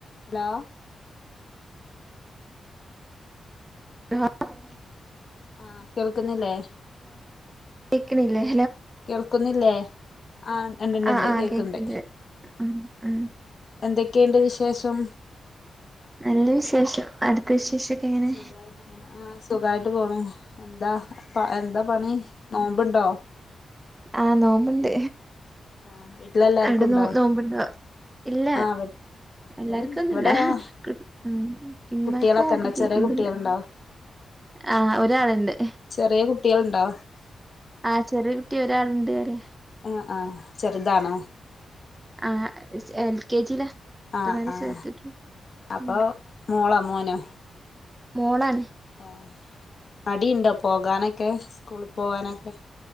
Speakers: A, on the left; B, on the right.
A: ഹലോ
B: <unintelligible>
A: ആഹ് കേൾക്കുന്നില്ലേ?
B: കേക്ക്ണില്ലേ?
A: കേൾക്കുന്നില്ലേ? ആഹ് ഇണ്ട്ണ്ട്ണ്ട്
B: ആഹ് ആഹ്
A: കേക്ക്ണ്ട്.
B: കേക്കണ്ട് ഉം ഉം
A: എന്തെക്കേണ്ട് വിശേഷം?
B: നല്ല വിശേഷം. അടുത്ത വിശേഷൊക്കെ എങ്ങനെ
A: സുഖായിട്ട് പോണ്. ആ സുഖായിട്ട് പോണ് എന്താ പ എന്താ പണി? നോമ്പിണ്ടോ
B: ആഹ നോമ്പണ്ട്
A: ആഹ് വീട്ടിലെല്ലാർക്കും
B: അവിടെ
A: ഉണ്ടോ
B: നോ നോമ്പിണ്ടോ ഇല്ല
A: ആഹ് ഇവ
B: എല്ലാർക്കും
A: ഇവിടെണ്ട്
B: ഒന്നും
A: ഇവിടെ
B: ഇല്ല
A: ആഹ്
B: ഉ ഇമ്മക്കും
A: കുട്ടികളൊക്കെ ഉണ്ടോ
B: കുട്ടിയക്കൊന്നുമല്ല
A: ചെറിയ കുട്ടികളുണ്ടോ
B: ആഹ ഒരാളുണ്ട്
A: ചെറിയ കുട്ടികളുണ്ടോ
B: ആഹ ചെറിയ കുട്ടി ഒരാളുണ്ട് അരെ
A: ആ ആ ചെറുതാണോ
B: ആ എൽ കെ ജി ഇപ്പതിനാല്
A: ആഹ് ആഹ്
B: <unintelligible> ചേർത്തിട്ടു
A: അപ്പൊ
B: ഉം
A: മോളോ മോനോ
B: മോളാണ്
A: ആ മടിണ്ടോ പോകാനൊക്കെ സ്കൂളിൽ പോകാനൊക്കെ